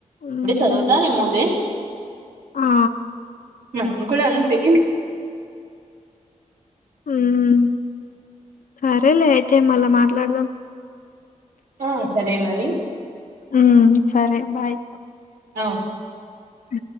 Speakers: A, on the left (about 80°); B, on the right (about 90°).
A: ఉమ్,
B: అంటే చదువుతాదేమోలే
A: ఆ,
B: మనం కూడా అంతే
A: ఉమ్ సరేలే అయితే మళ్ళా మాట్లాడదాం
B: ఆ సరే మరి
A: ఉమ్ సరే బాయ్
B: అ
A: ఉ